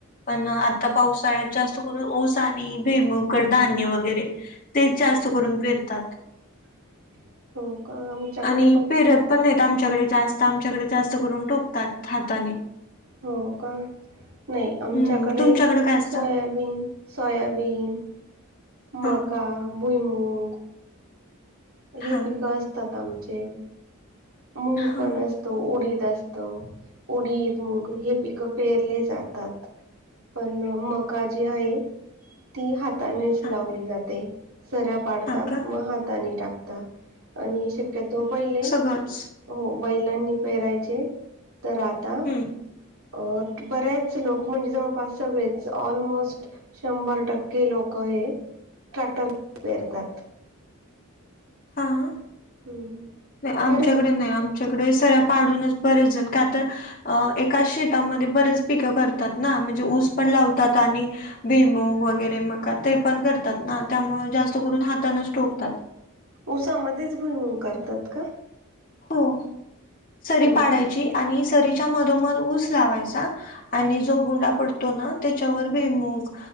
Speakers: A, on the left; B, on the right.
A: पण आता पावसाळ्यात जास्त करून ऊस णी भेमुकर धान्य वगैरे तेच जास्त करून पेरतात.
B: <inaudible> का आमच्याकडे
A: आणि
B: पण
A: पेरत पण नाही आमच्याकडे जास्त आमच्याकडे जास्त करून टोकतात हाताने
B: हो का नाही आमच्याकडे
A: हं, तुमच्याकडं काय असतं?
B: सोयाबीन सोयाबीन मक्का,
A: हां,
B: भुईमुग
A: हां,
B: हे पिकं असतात आमचे मूंग
A: हां,
B: पण असतात. त उडीद असत उडीद मग हे पिकं पेरले जातात. पण मका जे आहे ती हातानेच
A: हां,
B: लावली जाते सराप पाडतात
A: हां का?
B: मग हाताने टाकता आणि शक्य तो पहिले
A: गच
B: हो बैलांनी पेहरायचे. तर आता,
A: हम्म.
B: अ बरेच लोकं म्हणजे, जवळपास सगळेच ऑलमोस्ट. शंभर टक्के लोक हे, ट्रॅक्टर ने पेरतात.
A: हा.
B: हम्म.
A: आमच्याकडे
B: बरेच
A: नाही. आमच्याकडे सऱ्या पाडूनच बरेच जण का तर, अ एकाच शेतामध्ये बरेच पिक करतात ना. म्हणजे ऊस पण लावतात आणि, बेमूग वगैरे मका ते पण करतात ना त्यामुळे जास्त करून हातानच ठोकतात.
B: उसामध्येच भुईमूग करतात का?
A: हो, सरी
B: हो.
A: पाडायची आणि सरीच्या मधोमध ऊस लावायचा. आणि जो बुंडा पडतो ना, तेच्यावर बी मूग